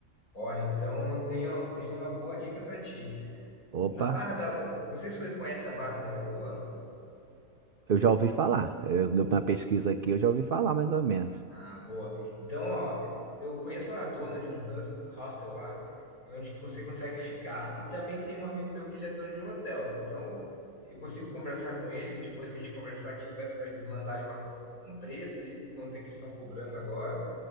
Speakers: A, on the left; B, on the right.
A: olha, então eu tenho, tenho uma boa dica para ti.
B: Opa,
A: Na Barra da, La- não sei se você conhece a Barra da Lagoa.
B: eu já ouvi falar, eu, deu uma pesquisa aqui eu já ouvi falar mais ou menos.
A: Ah, boa. Então, ó, eu conheço a dona de um hus- hostel lá, onde que você consegue ficar, e também tem um amigo meu que ele é dono de um hotel. Então, eu consigo conversar com eles, depois que a gente conversar aqui, eu peço para eles mandarem uma- um preço ali, quanto é que eles estão cobrando agora.